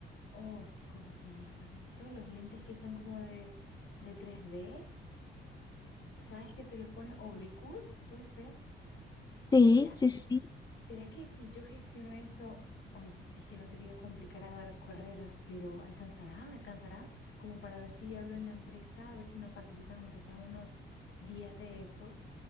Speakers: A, on the left (about 80°); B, on the left (about 20°).
A: oh, ¿cómo se llaman esto? Los lentes que son como de, de 3D. ¿Sabes que te los pone oblicuos? Puede ser.
B: Sí,
A: Mira.
B: sí, sí.
A: ¿Será que si yo gestiono eso, hoy es que no te quiero complicar a dar carreras, pero alcanzará, alcanzará, como para ver si hablo en la empresa, a ver si nos facilitan aunque sean unos 10 de esos.